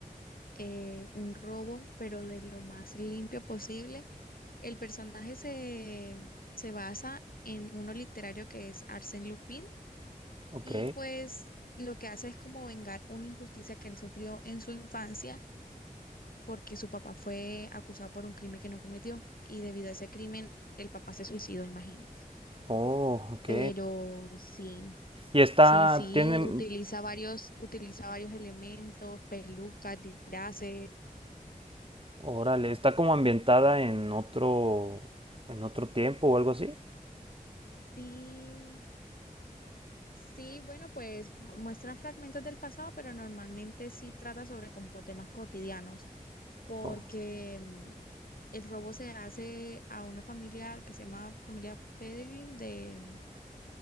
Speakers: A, on the left (about 75°); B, on the right (about 40°).
A: eh, un robo, pero de lo más limpio posible El personaje se, se basa en uno literario que es Arsène Lupin
B: Ok.
A: y pues lo que hace es como vengar una injusticia que él sufrió en su infancia porque su papá fue acusado por un crimen que no cometió y debido a ese crimen el papá se suicidó, imagínate.
B: Oh, ok.
A: Pero sí,
B: Y está,
A: sí, sí,
B: tiene,
A: utiliza varios, utiliza varios elementos, pelucas, disfraces.
B: órale, está como ambientada en otro, en otro tiempo o algo así.
A: Sí, Sí, bueno, pues muestra fragmentos del pasado, pero normalmente sí trata sobre como temas cotidianos, porque
B: Oh,
A: mm, el robo se hace a una familia que se llama familia Pellegrin de, mm,